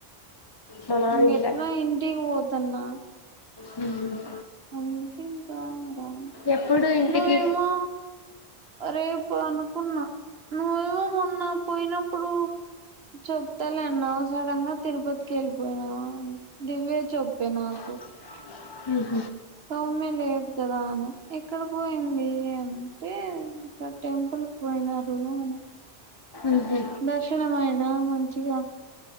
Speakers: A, on the left; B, on the right.
A: మా నాన్న
B: ఇంగ
A: ఇలా
B: ఎట్లా ఇంటికి పోతన్నా
A: హ
B: అకంట రా
A: ఎప్పుడు ఇంటికి
B: నువ్వు ఏమో రేపు అనుకున్నా నువ్వేమో ఉన్నా పోయినప్పుడు చెప్తాలేన్నా సడన్ గా తిరుపతికి వెళ్ళిపోయినా దివ్య చెప్పే నాకు
A: హ
B: సౌమ్య లేదు కదా అని ఎక్కడ పోయింది అంటే ఇంకా టెంపుల్ పోయినారు అని
A: ఉహు
B: దర్శనం అయ్యిందా మంచిగా